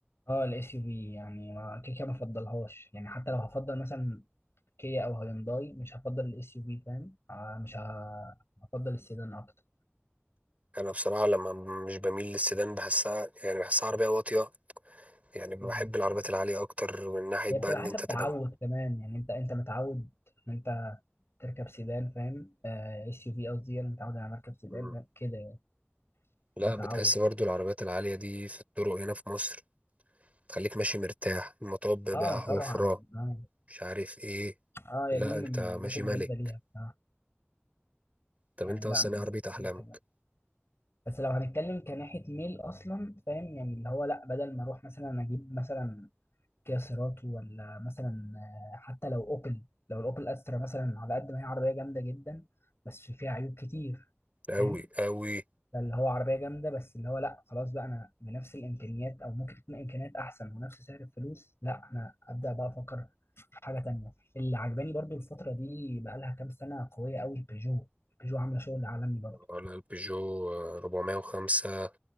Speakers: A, on the left; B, on the right.
A: اه الاس يو في يعني ما كده كده ما بفضلهاش يعني حتى لو هفضل مثلا كيا او هيونداي مش هفضل الاس يو في فاهم آه مش ه... هفضل السيدان اكتر
B: انا بصراحه لما مش بميل للسيدان بحسها يعني بحسها عربيه واطيه يعني بحب
A: مم.
B: العربيات العاليه اكتر من ناحيه
A: هي
B: بقى
A: بتبقى
B: ان
A: حسب
B: انت تبقى
A: تعود كمان يعني انت انت متعود ان انت تركب سيدان فاهم اس يو في قصدي انا متعود على مركب سيدان
B: م-
A: فاهم؟ كده يعني
B: لا
A: بتعود
B: بتحس برضو العربيات العاليه دي في الطرق هنا في مصر تخليك ماشي مرتاح المطب
A: اه
B: بقى حفره
A: طبعا اه
B: مش عارف ايه
A: اه يا
B: لا
A: دي من
B: انت
A: المميزات
B: ماشي
A: الجامده
B: ملك
A: ليها بصراحه
B: طب
A: يعني
B: انت
A: لا
B: اصلا
A: من المميزات
B: ايه عربيه احلامك
A: الحلوه بس لو هنتكلم كناحيه ميل اصلا فاهم يعني اللي هو لا بدل ما اروح مثلا اجيب مثلا كيا سيراتو ولا مثلا آه، حتى لو اوبل لو الاوبل استرا مثلا على قد ما هي عربيه جامده جدا بس فيها عيوب كتير
B: قوي
A: فاهم
B: قوي
A: فاللي هو عربية جامدة بس اللي هو لا خلاص بقى أنا بنفس الإمكانيات أو ممكن تكون إمكانيات أحسن ونفس سعر الفلوس لا أنا أبدأ بقى أفكر في حاجة تانية اللي عجباني برضو الفترة دي بقى لها كام سنة قوية قوي البيجو البيجو عاملة شغل عالمي برضو
B: ولا البيجو 405